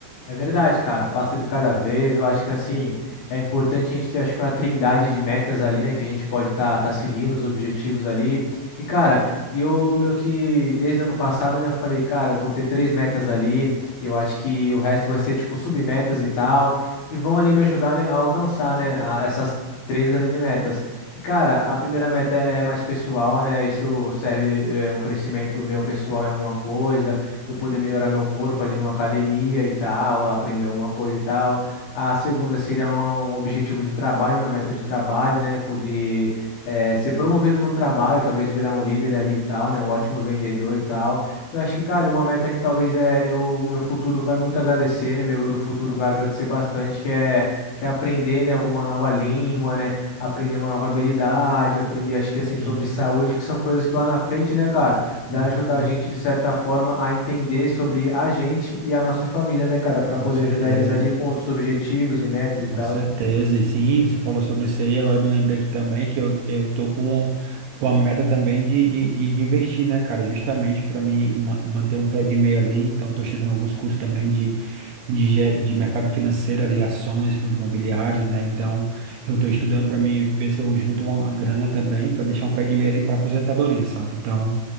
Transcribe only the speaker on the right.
Sim,
sim,
sim,
com
certeza.
Com
certeza, e sim, você falou sobre isso aí, agora eu me lembrei aqui também que eu, eu tô com, com a meta também de, de, de, de investir, né, cara, justamente para mim ma- manter um pé de meia ali, então eu tô estudando alguns cursos também de, de, ge- de mercado financeiro ali, ações, fundos imobiliários, né, então eu tô estudando para mim ver se eu junto uma grana também para deixar um pé de meia ali para aposentadoria, sabe, então